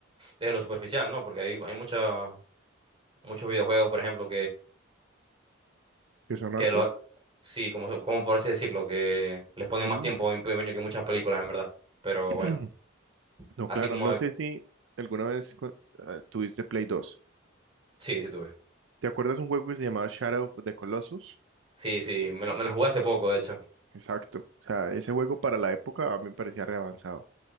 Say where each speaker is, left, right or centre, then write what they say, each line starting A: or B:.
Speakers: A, on the right; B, on the right.
A: desde lo superficial, ¿no? Porque hay, hay mucha- muchos videojuegos, por ejemplo,
B: ¿Qué son
A: Que
B: arte?
A: lo, sí, como, como por así decirlo, que les ponen
B: Mm.
A: más tiempo y empeño que muchas películas, en verdad. Pero
B: <clears throat>
A: bueno,
B: No,
A: así
B: claro,
A: como...
B: no sé si alguna vez cu- ah, tuviste Play 2.
A: Sí, sí tuve.
B: ¿Te acuerdas un juego que se llamaba Shadow of the Colossus?
A: Sí, sí, me lo, me lo jugué hace poco, de hecho.
B: Exacto. O sea, ese juego para la época a mí me parecía re avanzado.